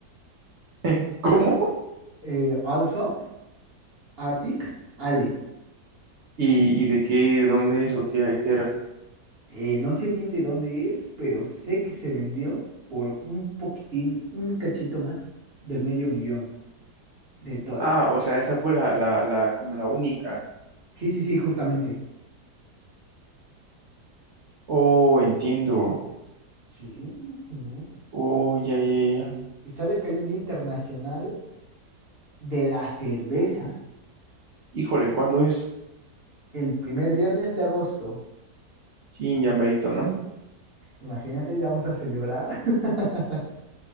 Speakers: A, on the right (about 60°); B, on the right (about 40°).
A: <laughs> ¿Cómo?
B: Eh, Alsop Arctic Ale.
A: ¿Y, y de qué, dónde es o qué, qué era?
B: Eh, no sé bien de dónde es, pero sé que se vendió por un poquitín, un cachito más de medio millón de dólares.
A: Ah, o sea, esa fue la, la, la, como la única.
B: Sí, sí, sí, justamente.
A: Oh, entiendo.
B: Sí. ujú.
A: Oh, ya, ya, ya. ya.
B: ¿Y ¿Sabes que hay un Día Internacional de la Cerveza?
A: Híjole, ¿cuándo es?
B: El primer viernes de agosto.
A: Chin, ya merito, ¿no?
B: Imagínate, ya vamos a celebrar. <laughs>